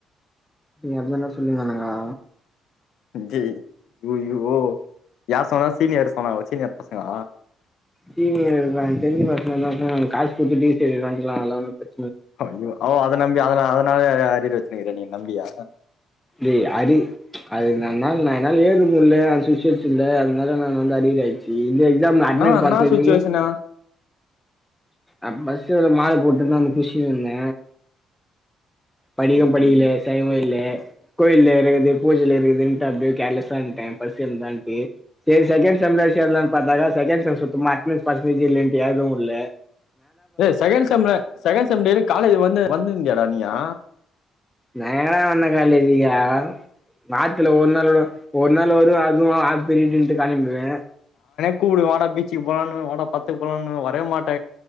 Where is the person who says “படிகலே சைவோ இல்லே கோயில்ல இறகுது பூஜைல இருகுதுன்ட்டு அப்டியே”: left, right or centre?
Centre